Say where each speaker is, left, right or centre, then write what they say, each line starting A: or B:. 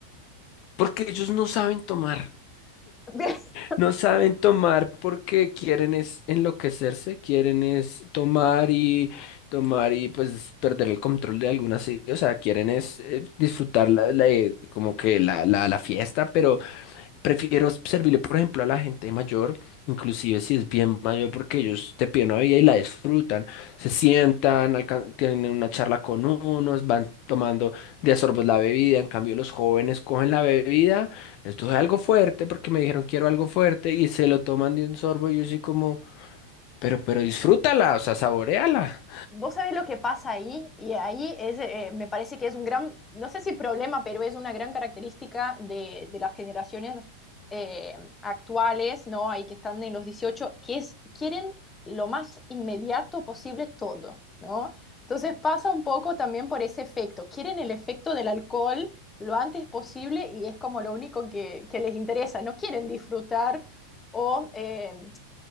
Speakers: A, on the left; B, on the left.
A: porque ellos no saben tomar.
B: <laughs>
A: No saben tomar porque quieren es enloquecerse, quieren es tomar y tomar y pues perder el control de algunas, sí, o sea, quieren es eh, disfrutar la, la, eh, como que la, la, la fiesta, pero Prefiero servirle, por ejemplo, a la gente mayor, inclusive si es bien mayor, porque ellos te piden una vida y la disfrutan. Se sientan, alcan- tienen una charla con unos, van tomando de a sorbos la bebida. En cambio, los jóvenes cogen la bebida, les doy algo fuerte porque me dijeron quiero algo fuerte y se lo toman de un sorbo. Y yo soy como, pero, pero disfrútala, o sea, saboréala.
B: Vos sabés lo que pasa ahí, y ahí es, eh, me parece que es un gran, no sé si problema, pero es una gran característica de, de las generaciones eh, actuales, ¿no? Ahí que están en los 18 que es, quieren lo más inmediato posible todo, ¿no? Entonces pasa un poco también por ese efecto, quieren el efecto del alcohol lo antes posible y es como lo único que, que les interesa, no quieren disfrutar o... eh,